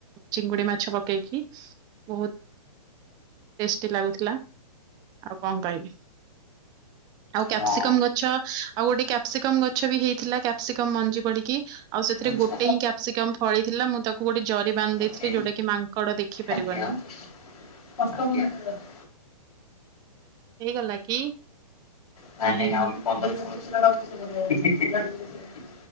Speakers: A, on the right; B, on the left.
A: ଚିଙ୍ଗୁଡି ମାଛ ପକେଇକି ବହୁତ ଟେଷ୍ଟି ଲାଗୁଥିଲା ଆଉ କଣ କହିବି? ଆଉ କ୍ୟାପ୍ସିକମ୍
B: ହଁ
A: ଗଛ ଆଉ ଗୋଟେ କ୍ୟାପ୍ସିକମ୍ ଗଛ ବି ହେଇଥିଲା। କ୍ୟାପସିକ ମଞ୍ଜି ପଡିକି ଆଉ ସେଥିରେ
B: ଆଚ୍ଛା
A: ଗୋଟେ ହିଁ କ୍ୟାପ୍ସିକମ୍ ଫଳିଥିଲା ମୁଁ ତାକୁ ଗୋଟେ ଜରି ବାନ୍ଧି
B: ଓକେ
A: ଦେଇଥିଲି ଯୋଉଟା କି ମାଙ୍କଡ ଦେଖିପାରିବନି।
B: ଆଜ୍ଞା <unintelligible>
A: ହେଇଗଲା କି?
B: ନାଇଁ
A: ନା
B: ନାଇଁ
A: ହେଇନି
B: ଆହୁରି ପନ୍ଦର <unintelligible>